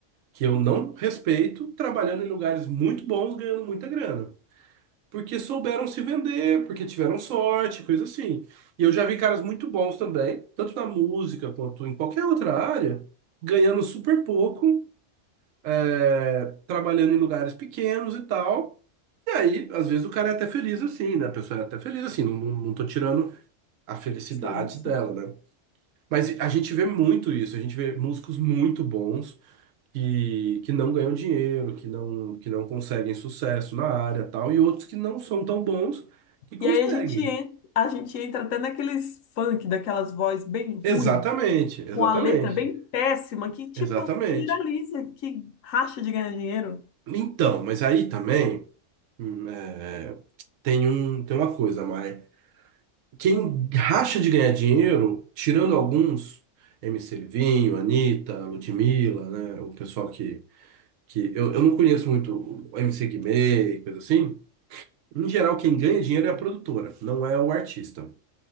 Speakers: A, on the right (about 80°); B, on the left (about 85°).
A: que eu não respeito, trabalhando em lugares muito bons, ganhando muita grana. Porque souberam se vender, porque tiveram sorte, coisa assim. E eu já vi caras muito bons também, tanto na música quanto em qualquer outra área, ganhando super pouco, é, trabalhando em lugares pequenos e tal. E aí, às vezes, o cara é até feliz assim, né? A pessoa é até feliz assim, não, não não tô tirando a felicidade
B: sim, sim.
A: dela, né? Mas a gente vê muito isso, a gente vê músicos muito bons que, que não ganham dinheiro, que não, que não conseguem sucesso na área tal, e outros que não são tão bons que conseguem.
B: E aí a gente entra, a gente entra até naqueles funk, daquelas vozes bem ruim,
A: Exatamente, exatamente,
B: com a letra bem péssima, que tipo
A: exatamente.
B: viraliza, que racha de ganhar dinheiro.
A: Então, mas aí também hum, é, tem um, tem uma coisa, mas quem racha de ganhar dinheiro, tirando alguns, MC Livinho, Anitta, Ludmilla, né, o pessoal que que eu, eu não conheço muito o MC Guimê e coisa assim. Em geral, quem ganha dinheiro é a produtora, não é o artista.